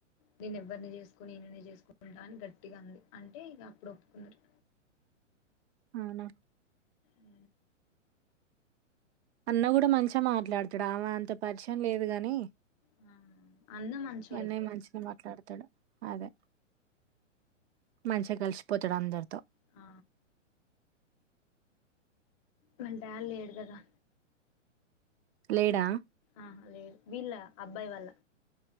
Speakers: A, on the left (about 30°); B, on the right (about 60°).
A: నేను ఎవ్వరిని చేసుకోను ఈననే చేసుకుంటా అని గట్టిగ అంది అంటే ఇక అప్పుడు ఒప్పుకున్నారు
B: అవునా
A: ఉ
B: అన్న గూడా మంచిగ మాట్లాడుతాడు ఆమె అంత పరిచయం లేదు గాని
A: ఆ అన్న మంచోడు
B: అన్నయ్య
A: ఎక్కువ
B: మంచిగనే మాట్లాడు తడు అదే మంచ కలిసిపోతాడు అందరితో
A: ఆ వాళ్ డాడ్ లేడు గదా
B: లేడా
A: ఆహ లేడు వీళ్ళ అబ్బాయి వల్ళ